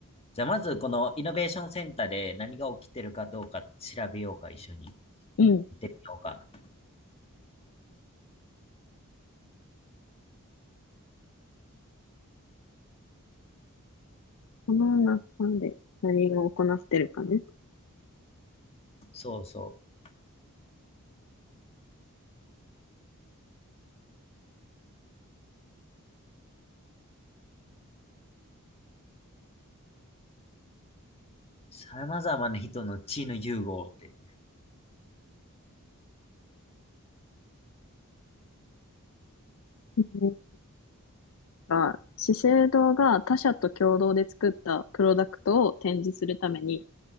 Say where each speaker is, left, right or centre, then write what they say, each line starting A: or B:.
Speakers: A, on the left (about 25°); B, on the left (about 65°).
A: じゃあ、まず、このイノベーションセンターで何が起きてるかどうか調べようか、一緒に。
B: うん。
A: 見てみようか。
B: この中で何が行ってるかね。
A: そうそう。様々な人の地の融合って。
B: うんが、資生堂が他社と共同で作ったプロダクトを展示するために、